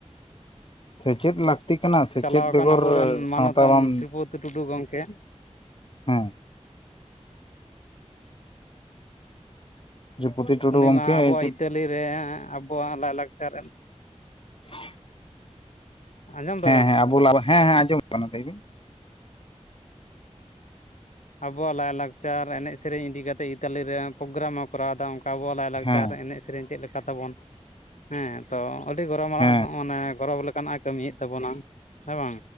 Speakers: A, on the left (about 50°); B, on the left (about 80°).
A: ᱥᱮᱪᱮᱫ ᱞᱟᱹᱠᱛᱤ ᱠᱟᱱᱟ ᱥᱮᱪᱮᱫ
B: ᱪᱟᱞᱟᱣ ᱟᱠᱟᱱ
A: ᱵᱮᱜᱚᱨ
B: ᱟᱵᱚᱨᱮᱱ
A: ᱥᱟᱶᱛᱟ
B: ᱢᱟᱱᱚᱛᱟᱱ
A: ᱵᱟᱢ
B: ᱥᱨᱤᱯᱚᱛᱤ ᱴᱩᱰᱩ ᱜᱚᱢᱠᱮ
A: ᱦᱩᱸ ᱥᱨᱤᱯᱚᱛᱤ ᱴᱩᱰᱩ
B: ᱩᱱᱤ
A: ᱜᱚᱢᱠᱮ
B: ᱢᱟ ᱟᱵᱚᱣᱟᱜ
A: ᱪᱮᱫ
B: ᱤᱛᱟᱹᱞᱤ ᱨᱮ ᱟᱵᱚᱣᱟᱜ ᱞᱟᱭ-ᱞᱟᱠᱪᱟᱨ ᱨᱮᱱ
A: <unintelligible>
B: ᱟᱸᱡᱚᱢ ᱫᱟᱵᱮᱱ
A: ᱦᱮᱸ ᱦᱮᱸ ᱟᱵᱚ <unintelligible> ᱦᱮᱸ ᱦᱮᱸ ᱟᱸᱡᱚᱢ ᱠᱟᱱᱟ ᱞᱟᱹᱭᱵᱤᱱ,
B: ᱟᱵᱚᱣᱟᱜ ᱞᱟᱭᱼᱞᱟᱠᱪᱟᱨ ᱮᱱᱮᱡ ᱥᱮᱨᱮᱧ ᱤᱫᱤ ᱠᱟᱛᱮ ᱤᱛᱟᱞᱤ ᱨᱮ ᱯᱳᱜᱜᱨᱟᱢ ᱦᱚᱸ ᱠᱚᱨᱟᱣᱫᱟ᱾ ᱚᱝᱠᱟ ᱠᱟ ᱟᱵᱚᱣᱟᱜ ᱞᱟᱭᱞᱟᱠᱪᱟᱨ
A: ᱦᱮᱸ
B: ᱮᱱᱮᱡ ᱥᱮᱨᱮᱧ ᱪᱮᱫ ᱞᱮᱠᱟ ᱛᱟᱵᱚᱱ, ᱦᱮᱸ ᱛᱚ ᱟᱹᱰᱤ ᱜᱚᱨᱚᱢᱟᱱᱟᱜ
A: ᱦᱮᱸ
B: ᱢᱟᱱᱮ ᱜᱚᱨᱚᱵᱽ ᱞᱮᱠᱟᱱᱟᱜᱼᱮ ᱠᱟᱹᱢᱤᱭᱮᱫ ᱛᱟᱵᱚᱱᱟ, ᱦᱮᱸ ᱵᱟᱝ?